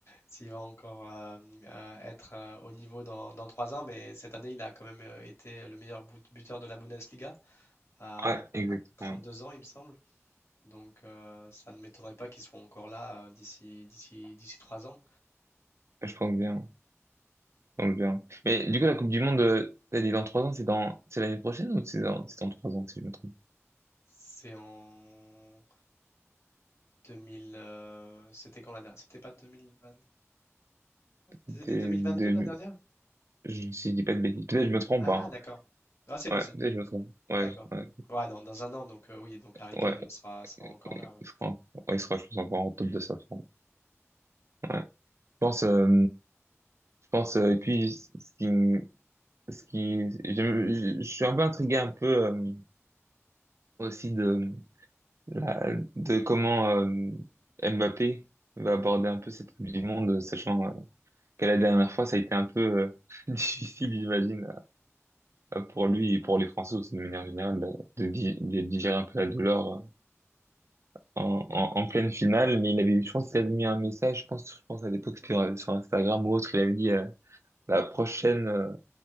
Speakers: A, on the left; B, on the right.
A: s'il va encore euh, euh, être euh, au niveau dans, dans 3 ans, mais cette année, il a quand même euh, été le meilleur but- buteur de la Bundesliga à,
B: Ouais, exactement.
A: à 32 ans, il me semble. Donc, euh, ça ne m'étonnerait pas qu'il soit encore là euh, d'ici d'ici d'ici trois ans.
B: Ouais, Je pense bien, je pense bien. Mais du coup, la Coupe du Monde, euh, t'as dit dans trois ans, c'est dans, c'est l'année prochaine ou c'est dans, c'est dans trois ans si je me trompe?
A: C'est en 2000. euh, c'était quand la dernière? C'était pas 2024?
B: C'était
A: C'était deux mille
B: deux-
A: vingt deux la dernière?
B: je- Si je dis pas de bêtises, peut-être que je me trompe,
A: Ah,
B: hein.
A: d'accord. Ah, c'est possible.
B: Ouais, peut-être que je me trompe. Ouais,
A: D'accord.
B: ouais,
A: Ouais, dans, dans un an, donc euh, oui, donc Harry
B: ouais.
A: Kane euh, sera, sera encore là. Ouais,
B: Il sera, ouais, il sera, je pense, encore en top de sa forme. Ouais. Je pense, euh, je pense, euh, et puis, ce qui, me- ce qui, j'aime- je, je suis un peu intrigué un peu, euh, aussi de, la, de comment, euh, Mbappé va aborder un peu cette Coupe du Monde, sachant, euh, que la dernière fois, ça a été un peu, euh, <laughs> difficile, j'imagine, euh, pour lui et pour les Français aussi, de manière générale, de, de di- de digérer un peu la douleur, en, en, en pleine finale, mais il avait, je pense qu'il avait mis un message, je pense, je pense à l'époque c'était sur sur Instagram ou autre, il avait dit euh, la prochaine euh,